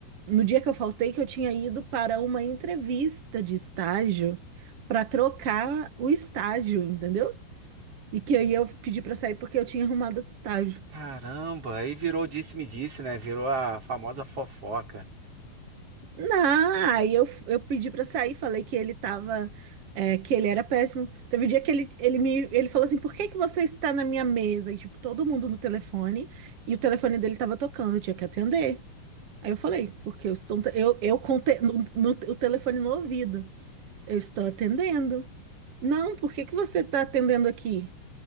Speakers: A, on the right; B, on the right.
A: no dia que eu faltei, que eu tinha ido para uma entrevista de estágio para trocar o estágio, entendeu? E que aí eu pedi para sair porque eu tinha arrumado outro estágio.
B: Caramba, aí virou disse-me-disse, né? Virou a famosa fofoca.
A: Não, aí eu, eu pedi pra sair, falei que ele tava, é, que ele era péssimo. Teve um dia que ele, ele me, ele falou assim, por que que você está na minha mesa? E tipo, todo mundo no telefone, e o telefone dele tava tocando, eu tinha que atender. Aí eu falei, porque eu estou, eu, eu contei no, no- o telefone no ouvido, eu estou atendendo. Não, por que que você tá atendendo aqui?